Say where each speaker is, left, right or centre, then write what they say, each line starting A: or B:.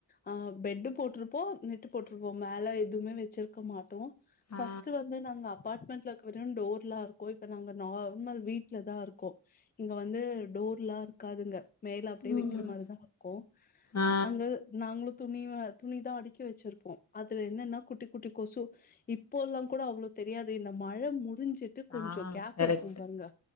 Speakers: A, on the left; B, on the left.
A: ஆ பெட்டு் போட்டிருப்போ நெட்டு போட்ருப்போ மேல எதுமே வேச்சிருக்க மாட்டோ ஃபர்ஸ்ட்
B: ஆ
A: வந்து நாங்க அப் அப்பார்ட்மெண்ட்ல இக்குர வர டோர் இல்ல அங்க போய்இப்ப நாங்க நார்மல் வீட்ல தா இருக்கோம் இங்க வந்து டோர்லா இருக்காதுங்க மேல அப்டியே
B: ம்.
A: வக்கிற மாரிதா இருக்கு
B: ஆ
A: அங்க நாங்ளு துணி துணிதா அடிக்கி வச்சிருப்போ அதுல என்னனா குட்டி குட்டி கொசு இப்போலா கூட அவ்ளோ தெரியாது இந்த மழ முடிஞ்சு கொஞ்சோ
B: ஆ
A: கேப்
B: கரெக்ட்
A: இருக்கும் பாருங்க